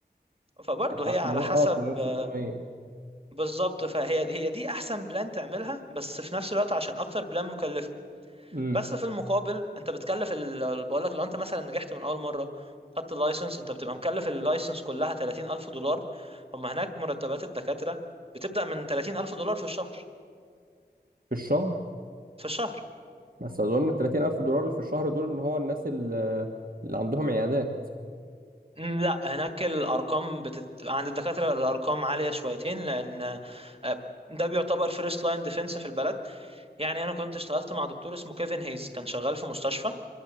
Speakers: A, on the right; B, on the right.
A: فبرضه
B: يعني
A: هي
B: ح-
A: على
B: مليون
A: حسب
B: اه مليون 600
A: آه، بالظبط فهي هي دي احسن بلان تعملها بس في نفس الوقت عشان اكتر بلان مكلفه
B: امم
A: بس في المقابل انت بتكلف ال... بقول لك لو انت مثلا نجحت من اول مره خدت اللايسنس انت بتبقى مكلف اللايسنس كلها 30000 دولار هم هناك مرتبات الدكاتره بتبدا من 30000 دولار في الشهر
B: في الشهر
A: في الشهر
B: بس اظن 30000 دولار في الشهر دول ان هو الناس اللي, اللي عندهم عيادات
A: م، لا هناك الارقام بتت... عند الدكاتره الارقام عاليه شويتين لان آه، ده بيعتبر فيرست لاين ديفense في البلد يعني انا كنت اشتغلت مع دكتور اسمه كيفن هيز كان شغال في مستشفى